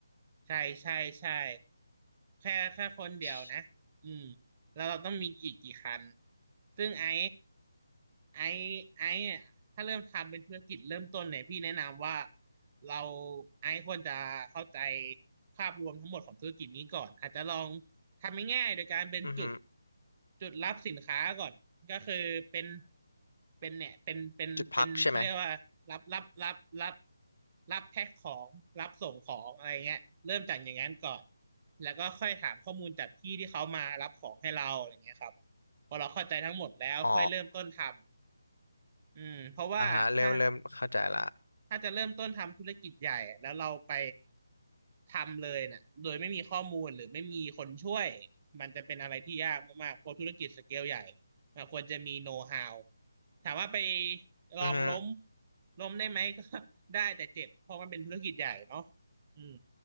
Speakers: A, on the right (about 30°); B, on the left (about 75°).
A: ใช่ใช่ใช่แค่แค่คนเดียวนะอืม
B: ช
A: แล้วเราต้องมีอีกกี่คันซึ่งไอ้ไอ้ไอ้เนี่ยถ้าเริ่มทำเป็นธุรกิจเริ่มต้นเนี่ยพี่แนะนำว่าเราไอ้ควรจะเข้าใจภาพรวมทั้งหมดของธุรกิจนี้ก่อนอาจจะลอง ทำง่ายๆโดยการเป็นจุด
B: อือฮึ
A: จุดรับสินค้าก่อนก็คือเป็นเป็นเนี่ยเป็นเป็นเป็นเขาเรียกว่ารับรับรับรับ
B: จุดพักใช่ไหม
A: รับแพ็คของรับส่งของอะไรเงี้ยเริ่มจากอย่างนั้นก่อนแล้วก็ค่อยถามข้อมูลจากพี่ที่เขามารับของให้เราอะไรเงี้ยครับพอเราเข้าใจทั้งหมดแล้วค่อยเริ่มต้นทำ
B: อ๋อ
A: อืมเพราะว่าถ้า
B: อ่าฮะเริ่มเริ่มเข้าใจละ
A: ถ้าจะเริ่มต้นทำธุรกิจใหญ่แล้วเราไปทำเลยน่ะโดยไม่มีข้อมูลหรือไม่มีคนช่วยมันจะเป็นอะไรที่ยากมากๆเพราะธุรกิจสเกลใหญ่มันควรจะมีโน้ตฮาวถามว่าไปลองล้ม
B: อือฮึ
A: ล้มได้ไหมก็ <laughs> ได้แต่เจ็บเพราะมันเป็นธุรกิจใหญ่เนาะอืม